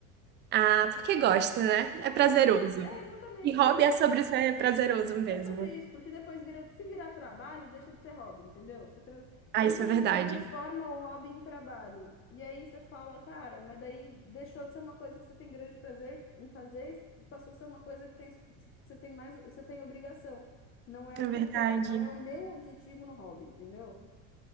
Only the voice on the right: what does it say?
Ah, porque gosta, né?
É prazeroso.
E hobby
é sobre ser prazeroso mesmo.
Ah,
isso
é verdade.
É
verdade.